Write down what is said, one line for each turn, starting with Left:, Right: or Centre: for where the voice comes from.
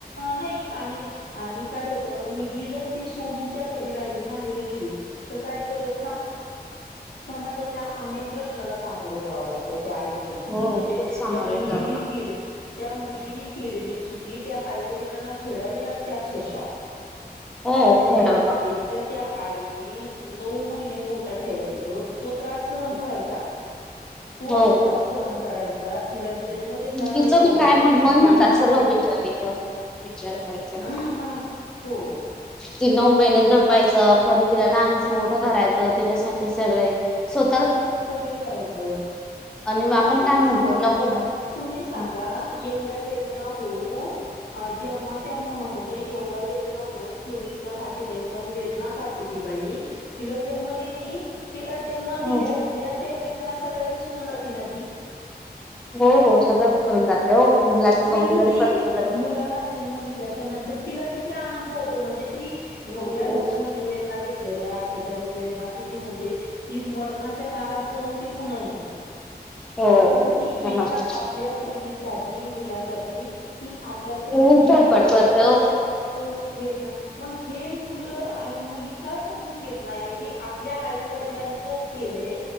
Left: नाही आणि आणि काय होत मुलगी जर ती सोडून त्या घरी राहिली माहेरी गेली. तर काय परत. समाजाच्या अनेक प्रश्नाला सामोरे जावं लागत. त्या आई वडिलांना
Centre: हो
Left: म्हणजे
Centre: खूप सामोरे
Left: त्या मुलीनी
Centre: जावं लागतं.
Left: केली त्या मुलीनी केलेली चुकी त्या आईवडिलांना फेडावी लागते अक्षरशः
Centre: हो
Left: म्हणजे
Centre: फेडावं
Left: एक तर त्या आई नऊ महिने पोटात ठेवायचं तो त्रास सहन
Centre: लागतं.
Left: करायचा तोच
Centre: हो
Left: त्रास सहन करायचा तिला जन्म देताना
Centre: तिचं
Left: एवढ्यावेत
Centre: बी काय म्हण मन म्हणतात चल विचारलं. विचारायचं
Left: ह हा हो
Centre: ती नऊ महिने जपायच परत तिला लहानसं मोठं करायचं तिच्यासाठी सगळे स्व
Left: सगळं करायचं
Centre: मग
Left: आणि
Centre: आपण
Left: तुम्ही
Centre: काय
Left: सांगा
Centre: म्हणतो नको
Left: बरं
Centre: ब
Left: तुम्ही सांगा
Centre: हो
Left: एवढ्या वेदना होऊन जेव्हा त्या म्हणजे एवढं वे होन चोवीस त तेच्यात वेदना करत ती बाई तिला जन्म देती जन्म
Centre: हो
Left: देती त्या वेदना सगळ्या विसरून जात
Centre: हो हो, सगळं विसरून जाते हो मुलाचं
Left: स्त्रीही
Centre: तोंड जरी बघितलं तरी
Left: मुलाला जन्म दिल्याच्या नंतर तिला किती आनंद होतो म्हणजे ती एवढ्या
Centre: हो
Left: नऊ
Centre: हो
Left: महिने वेदना घेतलेल्या ठचाळीस वेदना किती म्हणजे त म च्या दारात जाऊन ती पुन्हा येते
Centre: हो
Left: पण
Centre: हो,
Left: ती
Centre: मनात
Left: एका आपल्या मुलीसाठी मुलासाठी ती आपला त्याच्या
Centre: खूप
Left: चेहरा
Centre: धडपड
Left: बघितल्या
Centre: करते
Left: बघितल्या
Centre: हो.
Left: तो वेदना मग हे मुलं आणि मुली का समजून घेत नाही की आपल्या आई वडिलांनी जो केलेय,